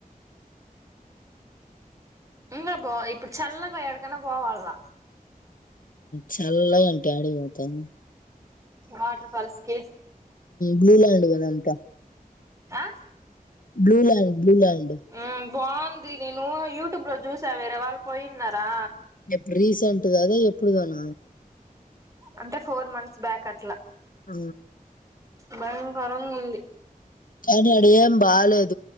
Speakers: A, on the right; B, on the left.
A: ఇకా పో ఇప్పుడు చెల్లకయ ఎడుకనే పోవాలలా
B: చల్గాంటిే ఆడిపోతాను
A: వాటర్ ఫాల్స్ కి
B: బ్లూల్యాండ్ వదా క
A: ఆ
B: బ్లూ ల్యాండ్ బ్లూ ల్యాండ్
A: ఉమ్ బాగుంది నేను యూట్యూబ్ లో చూసా వేరే వాళ్ళు పోయిన్నారా
B: ఎప్పుడు రీసెంట్ కాదా ఎప్పుడుదోన
A: అంటే ఫోర్ మంత్స్ బ్యాక్ అట్లా
B: ఆ
A: భయంకరంగా ఉంది
B: కానీ అడి ఏం బాలేదు